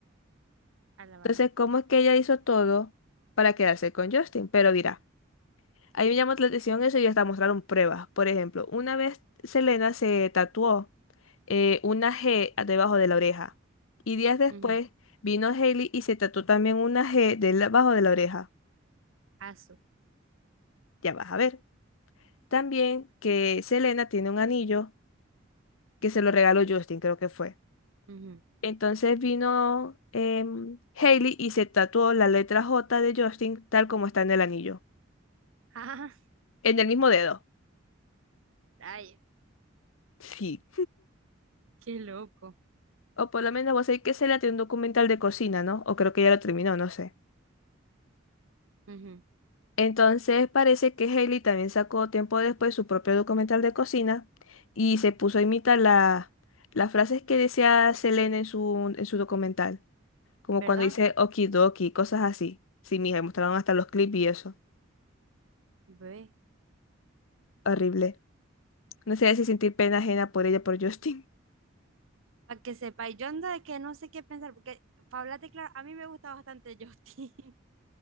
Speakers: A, on the right (about 75°); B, on the left (about 85°).
A: a la
B: Entonces,
A: vaina.
B: ¿cómo es que ella hizo todo para quedarse con Justin? Pero mira, ahí me llamó la atención eso y hasta mostraron pruebas. Por ejemplo, una vez Selena se tatuó. eh, una G debajo de la oreja. Y días después
A: Ujú.
B: vino Hailey y se tatuó también una G debajo de la oreja.
A: Asu.
B: Ya vas a ver. También que Selena tiene un anillo que se lo regaló Justin, creo que fue.
A: Ujú.
B: Entonces vino em, Hailey y se tatuó la letra J de Justin tal como está en el anillo.
A: <laughs>
B: En el mismo dedo.
A: Ah, ay,
B: Sí.
A: qué loco.
B: O por lo menos vos sabés que Selena tiene un documental de cocina, ¿no? O creo que ya lo terminó, no sé.
A: Ujú.
B: Entonces parece que Hailey también sacó tiempo después su propio documental de cocina y se puso a imitar la- las frases que decía Selena en su, en su documental, como
A: ¿Verdad?
B: cuando dice okidoki, cosas así. Sí, mija, y mostraron hasta los clips y eso.
A: Ve.
B: Horrible. No sé si sentir pena ajena por ella, por Justin. <laughs>
A: Para que sepa, y yo ando de que no sé qué pensar, porque para hablarte claro, a mí me gusta bastante Justin. <laughs>